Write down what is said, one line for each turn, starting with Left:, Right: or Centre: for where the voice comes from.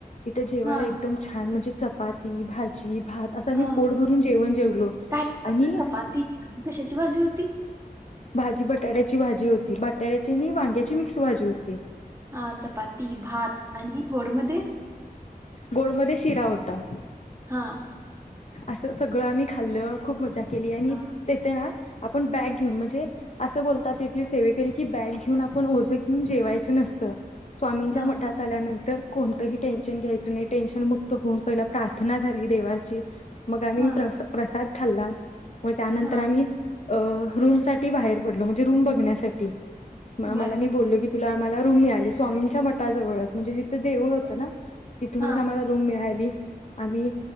Left: इथ जेवायला
Right: हा
Left: एकदम छान म्हणजे चपाती, भाजी, भात अस आमी
Right: हा
Left: पोट भरून जेवण जेवलो
Right: काय
Left: आणि
Right: चपाती कशाची भाजी होती
Left: भाजी बटाट्याची भाजी होती, बटाट्याची आणि वांग्याची मिक्स भाजी होती.
Right: आ चपाती, भात आणि गोडमध्ये
Left: गोडमधे शिरा होता.
Right: हा
Left: असं सगळं आमी खाल्लं, खूप मजा केली आणि
Right: हा
Left: तेते ना आपण बॅग घिऊन म्हणजे असं बोलतात तेथील सेवेकरी की, बॅग घिऊन आपण ओझं घिऊन जेवायच नसतं. स्वामींच्या
Right: हा
Left: मठात आल्यानंतर कोणतही टेन्शन घ्यायचं नई, टेन्शन मुक त होऊन पहिला प्रार्थना झाली देवाची मग आम्ही
Right: हा
Left: प्रसा प्रसाद खाल्ला. मग त्यानंतर
Right: हा
Left: आमी अ रूम साठी बाहेर पडलो म्हणजे रूम बघण्यासाठी म
Right: बर
Left: माला मी बोल्ले की तुला आम्हाला रूम मिळालीस. स्वामींच्या मठाजवळच म्हणजे ति त देऊळ होतं ना. इथूनच
Right: हा
Left: आम्हाल मिळाली आम्ही